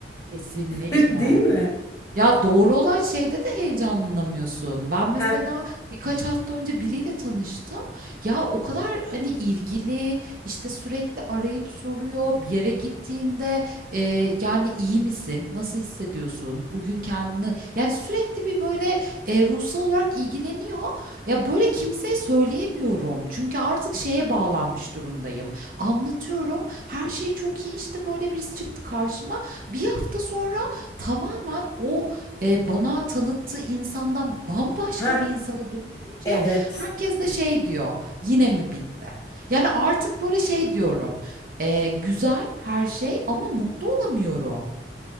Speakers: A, on the right; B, on the left.
A: Kesinlikle.
B: <laughs> değil mi?
A: Ya, doğru olan şeyde de heyecanlanamıyorsun. Ben mesela
B: Heh,
A: birkaç hafta önce biriyle tanıştım. Ya, o kadar, hani, ilgili, işte, sürekli arayıp soruyor. Bir yere gittiğinde, eee, yani, iyi misin? Nasıl hissediyorsun? Bugün kendini" Yani, sürekli bir, böyle, eee, ruhsal olarak ilgileniyor. Ya, böyle, kimseye söyleyemiyorum. Çünkü artık şeye bağlanmış durumdayım. Anlatıyorum, her şey çok iyi, işte, böyle, birisi çıktı karşıma. Bir hafta sonra tamamen o Eee, bana tanıttığı insandan bambaşka
B: heh,
A: bir insana dönüşünce
B: evet.
A: herkes de şey diyor, "Yine mi bitti?" Yani, artık, böyle, şey diyorum, eee, "Güzel her şey ama mutlu olamıyorum,